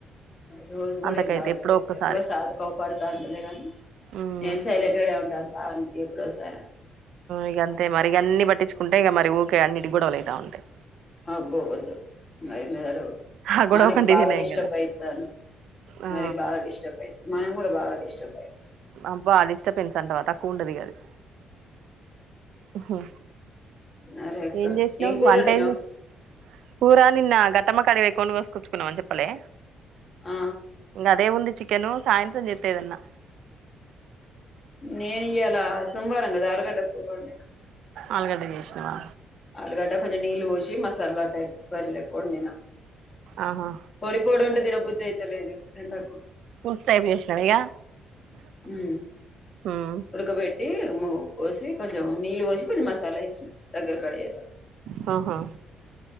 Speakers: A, on the left; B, on the right.
A: రోజు కూడా
B: అంతకైతే
A: ఏం తగుతాలేదు
B: ఒక్కసారి
A: ఎప్పుడో సాధకు ఒకసారి తాగుతాడు కాని
B: ఉమ్
A: నేను సైలెంట్ గానే ఉంటాను బావ ఎప్పుడోకసారి
B: ఇక అంతే మరి ఇక అన్ని పట్టించుకుంటే ఇక మరి ఊకే అన్నింటికి గొడవలు అవుతా ఉంటాయి
A: అబ్బో వద్దు మరి మెదడు
B: ఆ గొడవ
A: మనకు
B: కంటే
A: బాగా
B: ఇదే నయం
A: డిస్టర్బ్
B: కదా
A: అయితారు
B: ఆ
A: మరి బాగా డిస్టర్బ్ అయ్యిద్ది మనం కూడా బాగా డిస్టర్బ్ అయ్యిద్ది.
B: అబ్బా డిస్ట్రాబెన్స్ అంటవా తక్కువ ఉంటాద అది హ
A: సరే అక్క
B: ఏం చేసినవు
A: కూర
B: వంట
A: వండినావ్
B: ఏం చేసినవ్ కూరా నిన్న గట్ అత్తమ్మ కాడికి పొయ్ కోడిని కోసుకొచ్చుకున్నామని చెప్పలే
A: ఆ
B: ఇంకా అదే ఉంది చికెన్ సాయంత్రం చే స్తేదన్నా
A: నేను ఇయ్యాల సోమవారం కదా ఆలుగడ్డ కూర వండిన
B: ఆలుగడ్డ చేసినవా
A: ఆలుగడ్డ కొంచెం నీళ్ళు పోసి మసాలా టైప్ కూర లెక్క వండిన
B: ఆహా
A: పొడిపోడి ఉంటే తినబుద్ధి అయితలేదు ఎండకు
B: పులుసు టైపు చేసినావా ఇగ
A: హమ్
B: ఉమ్
A: ఉడక పెట్టి పోసి కొంచెం నీళ్ళు పోసి కొంచెం మసాలా వేసి దగ్గర కడయే
B: హా హా